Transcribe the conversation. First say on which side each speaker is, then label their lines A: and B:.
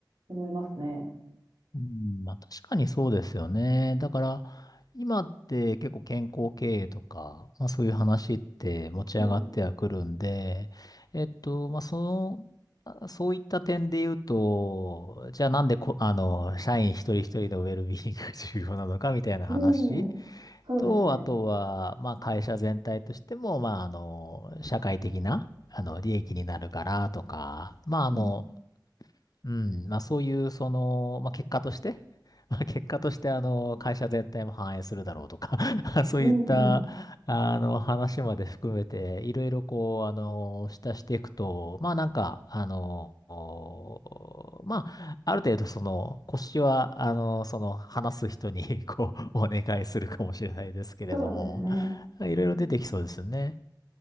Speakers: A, on the right (about 80°); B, on the left (about 55°).
A: 思いますね。
B: うんまあ確かにそうですよね。だから、今って結構健康経営とか、まあそういう話って持ち上がってはくるんで、
A: うん。
B: えっと、まあその、あそういった点で言うと、じゃあなんでこ、あの、社員一人一人のウェルビーイングが重要なのかみたいな話
A: うん。そうですね。
B: と、あとは、まあ、会社全体としても、まあ、あの、社会的な、あの、利益になるからとか、まあ、あの、
A: うん。
B: うん、まあそういう、その、まあ結果として、<laughs> まあ結果として、あの、会社全体も反映するだろうとか <laughs> そういった、
A: うんうん。
B: あの、話まで含めて、いろいろこう、あの、下していくと、まあなんか、あの、おまあ、ある程度その、腰は、あの、その、話す人に <laughs> こう、お願いするかもしれないですけれども、
A: そうですね。
B: いろいろ出てきそうですよね。
A: うん